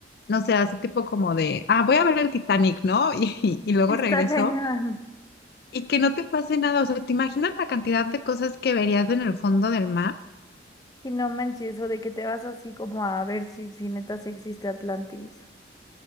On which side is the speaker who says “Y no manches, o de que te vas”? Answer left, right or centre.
Left